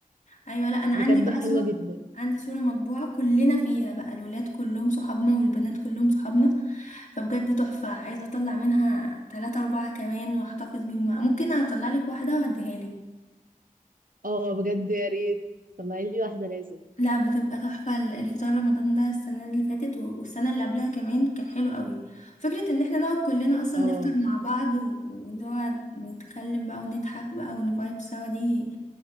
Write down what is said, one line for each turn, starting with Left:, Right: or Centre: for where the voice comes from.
Left: ايوه لا انا
Right: بجد
Left: عندي بقى
Right: حلوه
Left: صور
Right: جدا
Left: عندي صورة مطبوعة كلنا فيها بقى الولاد كلهم صحابنا والبنات كلهم صحابنا فبجد تحفة عايزة اطلع منها تلاتة اربعة كمان واحتفظ بيهم ممكن اطلع لك واحدة واديها لك
Right: اه بجد يا ريت طلعي لي واحده لازم
Left: لا بتبقى تحفة ال- الفطار رمضان ده السنة اللي فاتت و- والسنة اللي قبلها كمان كان حلو قوي فكرة ان احنا نقعد كلنا اصلا
Right: اه
Left: نفطر مع بعض و- واللي هو نتكلم بقى ونضحك بقى ونفايب سوا دي